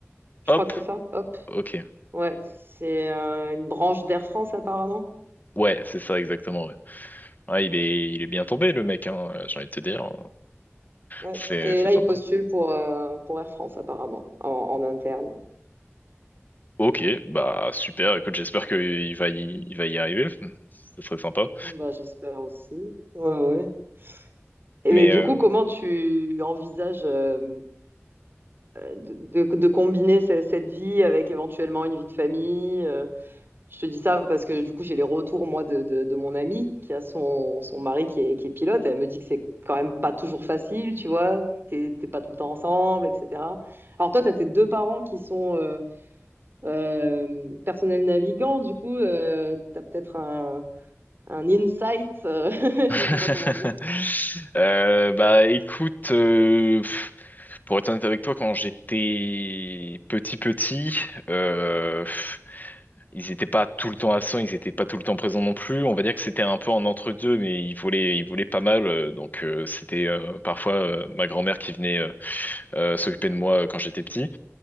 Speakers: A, on the right (about 50°); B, on the left (about 35°).
A: je
B: Hop,
A: crois que c'est ça, hop.
B: ok.
A: Ouais, c'est euh, une branche d'Air France apparemment.
B: Ouais, c'est ça exactement. Ouais. Ouais, il est, il est bien tombé le mec, hein, euh, j'ai envie de te dire.
A: Ouais.
B: C'est,
A: Et
B: c'est
A: là,
B: sympa.
A: il postule pour, euh, pour Air France apparemment, en, en interne.
B: Ok, bah super. Écoute, j'espère qu'il va y, il va y arriver. Hum, Ce serait sympa.
A: Bah, j'espère aussi. Ouais, ouais. Et
B: Mais
A: mais du
B: euh...
A: coup, comment tu envisages euh, de, de- de combiner ce- cette vie avec éventuellement une vie de famille? euh, Je te dis ça parce que du coup, j'ai les retours, moi, de, de, de mon amie qui a son, son mari qui est, qui est pilote. Elle me dit que c'est quand même pas toujours facile, tu vois. T'es t'es pas tout le temps ensemble, etc. Alors toi, t'as tes deux parents qui sont euh, euh, personnels navigants. Du coup, euh, t'as peut-être un, un insight, euh, <laughs> je
B: <laughs>
A: sais pas comment dire.
B: euh, bah écoute, euh, pff, pour être honnête avec toi, quand j'étais petit petit, euh, ils n'étaient pas tout le temps absents, ils n'étaient pas tout le temps présents non plus. On va dire que c'était un peu un entre-deux, mais ils volaient, ils volaient pas mal. euh, Donc euh, c'était euh, parfois euh, ma grand-mère qui venait euh, euh, s'occuper de moi euh, quand j'étais petit.